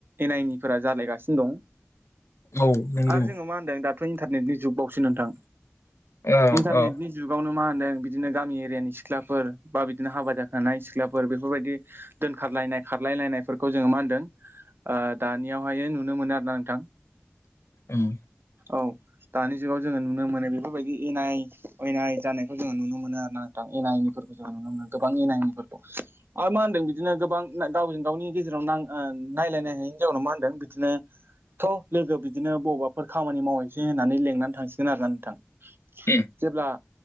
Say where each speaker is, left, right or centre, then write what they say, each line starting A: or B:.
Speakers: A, on the right; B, on the left.
A: एनानिफोरा जालायगासिनो दं।
B: औ नंगौ
A: आरो जोङो मा होनदों दाथ' इन्टारनेटनि जुग बावसो नोंथां
B: औ
A: इन्टारनेटनि
B: औ
A: जुगावनो मा होनदों बिदिनो गामि एरियानि सिख्लाफोर बा बिदिनो हाबा जाखानाय सिख्लाफोर बेफोरबायदि दोनखारलायनाय खारलायलायनायफोरखौ जोङो मा होनदों दानियावहाय नुनो मोनो आरो ना नोंथां
B: उम
A: औ दानि जुगाव जोङो नुनो मोनो बेफोरबायदि एनाय अयनाय जानायखौ जों नुनो मोनो आरो ना नोंथां एना एनि फोरखौ जों नुनो मोनो गोबां एना एनि फोरखौ।
B: <inaudible>
A: आरो मा होनदों बिदिनो गोबां गावजों गावनि गेजेराव नायलायनो हायैनि जाउनाव मा होनदों बिदिनो थ' लोगो बिदिनो बबावबाफोर खामानि मावहैसै होननानै लेंनानै थांसिगोन आरोना नोंथां।
B: उम
A: जेब्ला